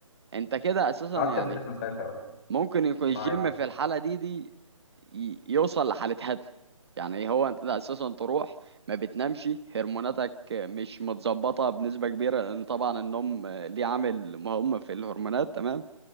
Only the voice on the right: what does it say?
أنت كده أساسا
يعني
ممكن يكون الجيم
في الحالة دي دي ي- يوصل لحالة هدم يعني إيه، هو انت اساسا تروح ما بتنامش هرموناتك مش متظبطة بنسبة كبيرة لان طبعا النوم ليه عامل مهم في الهرمونات تمام